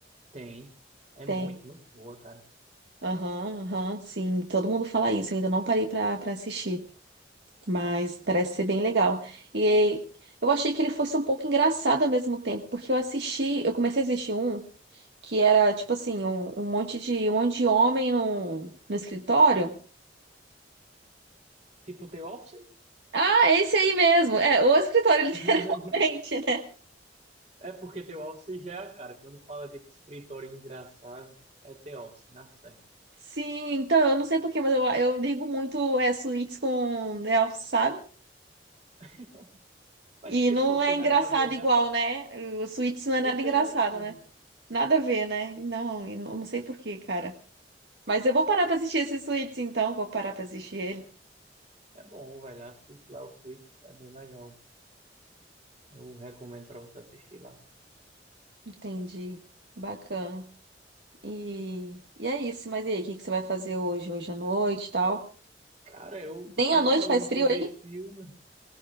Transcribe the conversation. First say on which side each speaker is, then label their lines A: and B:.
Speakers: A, on the right; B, on the right.
A: Tem. É
B: Tem.
A: muito, muito boa, cara.
B: Aham, aham, sim. Todo mundo fala isso, eu ainda não parei pra, pra assistir. Mas parece ser bem legal. E eu achei que ele fosse um pouco engraçado ao mesmo tempo, porque eu assisti, eu comecei a assistir um. que era tipo assim, um, um monte de um monte de homem no, no escritório.
A: Tipo, The Office?
B: Ah, é esse aí mesmo. É, o escritório, <laughs> literalmente,
A: <laughs>
B: né?
A: É porque The Office já é a cara. Quando fala de escritório engraçado, é The Office, na certa.
B: Sim, então eu não sei por quê, mas eu, eu ligo muito é, suítes com The Office, sabe?
A: <laughs> Mas
B: E
A: pior
B: não
A: que não
B: é
A: tem
B: engraçado
A: nada a ver, né?
B: igual, né? O suítes não
A: Não
B: é nada
A: tem
B: engraçado,
A: nada a ver.
B: né? Nada a ver, né? Não, e não não sei por quê, cara. Mas eu vou parar pra assistir esse suítes, então. Vou parar pra assistir ele.
A: É, É bom, velho. Assiste lá o Suits, é bem legal. Eu recomendo pra você assistir lá.
B: Entendi. Bacana. E, e é isso. Mas e aí, o que que você vai fazer hoje, hoje à noite e tal?
A: Cara, eu
B: Nem
A: tava
B: à noite
A: falando
B: faz frio
A: sobre
B: aí?
A: filme.